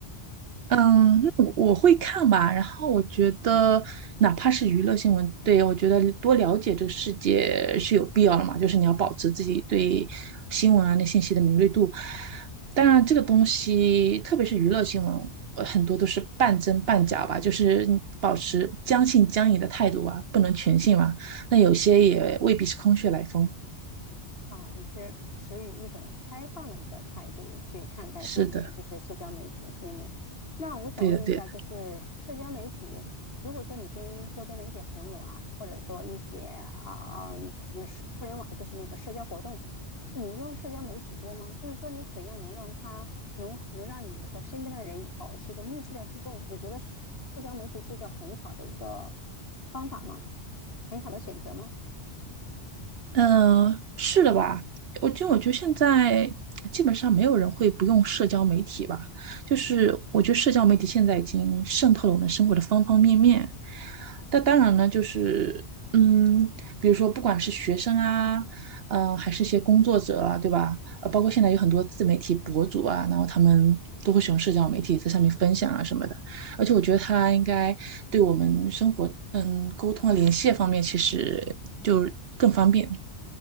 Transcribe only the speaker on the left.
哦，你是持于一种开放的一个态度去看待这些就是社交媒体的新闻。
那我想问一下，
就是社交媒体，如果说你跟周边的一些朋友啊，或者说一些啊，也是互联网，就是那个社交活动，你用社交媒体多吗？就是说你怎样能让它能能让你和身边的人保持一个密切的互动？你觉得社社交媒体是一个很好的一个方法吗？很好的选择吗？